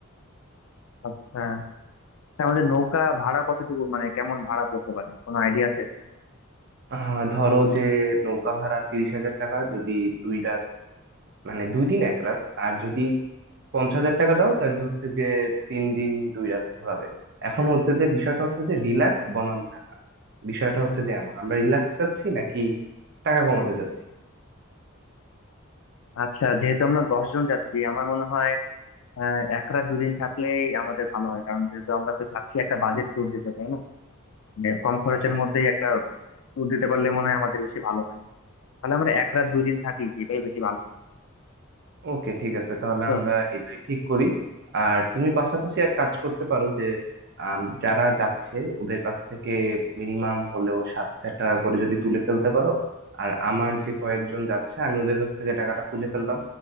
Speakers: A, on the left; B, on the right.
A: আচ্ছা আচ্ছা আমাদের নৌকা ভাড়া কতটুকু মানে কেমন ভাড়া পড়তে পারে কোনো আইডিয়া আছে
B: আহ ধরো যে নৌকা ভাড়া তিরিশ হাজার টাকা যদি দুই রাত মানে দুই দিন এক রাত আর যদি পঞ্চাশ হাজার টাকা দাও তাহলে হচ্ছে যে তিন দিন দুই রাত ঘোরাবে এখন হচ্ছে যে বিষয়টা হচ্ছে যে রিল্যাক্স
A: আহ,
B: বনাম টাকা বিষয়টা হচ্ছে যে এমন আমরা রিল্যাক্স চাচ্ছি নাকি টাকা কমাতে চাচ্ছি
A: আচ্ছা যেহেতু আমরা দশ জন যাচ্ছি আমার মনে হয় আহ, এক রাত দুদিন থাকলেই আমাদের ভালো হয় কারণ যেহেতু আমরা তো চাচ্ছি একটা বাজেট ট্যুর দিতে তাই না মানে কম খরচের
B: হ্যাঁ
A: মধ্যেই একটা ট্যুর দিতে পারলে মনে হয় আমাদের বেশি ভালো হয় তাহলে আমরা এক রাত
B: হ্যাঁ
A: দুই দিন থাকি এটাই বেশি ভালো হয়,
B: ওকে ঠিক আছে তাহলে
A: বুঝছো
B: আমরা এটাই ঠিক করি আর তুমি পাশাপাশি এক কাজ করতে পারো যে আম, যারা যাচ্ছে ওদের কাছ থেকে মিনিমাম হলেও সাত হাজার টাকা করে যদি তুলে ফেলতে পারো আর আমার যে কয়েকজন যাচ্ছে আমি ওদের কাছ থেকে টাকাটা তুলে ফেললাম